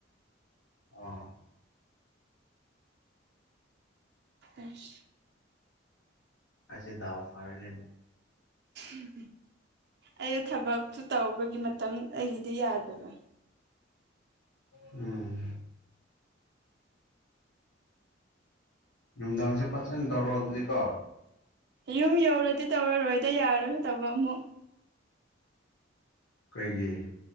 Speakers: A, on the left; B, on the right.
A: ꯑꯥ
B: ꯑꯁ
A: ꯑꯁꯦ ꯗꯋꯥ ꯐꯥꯔ ꯅ
B: ꯎꯝꯝ ꯑꯩ ꯊꯕꯛꯇꯨ ꯇꯧꯕꯒꯤ ꯃꯇꯝ ꯑꯩꯒꯤꯗꯤ ꯌꯥꯗꯕ
A: ꯎꯝ ꯅꯨꯡꯗꯥꯡꯁꯨ ꯐꯖꯅ ꯇꯧꯔꯣꯑꯣ ꯑꯗꯨꯗꯤꯀꯣ
B: ꯌꯨꯝ ꯌꯧꯔꯗꯤ ꯇꯧꯔꯔꯣꯏꯗ ꯌꯥꯔꯁꯨꯣꯏ ꯇꯧꯕ ꯑꯃꯨꯛ
A: ꯀꯩꯦ